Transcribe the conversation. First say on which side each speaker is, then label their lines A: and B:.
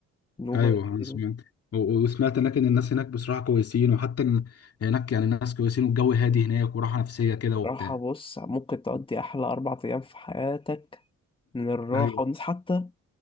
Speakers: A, on the left; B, on the left.
A: النوبه
B: ايوه انا
A: جميله
B: سمعت و- و- وسمعت هناك ان الناس هناك بصراحة كويسين وحتى إن هناك يعني الناس كويسين والجو هادي هناك وراحة نفسية كده وبتاع
A: راحه بص ممكن تقضي احلى اربع ايام في حياتك من الراحه
B: ايوه
A: والناس حتى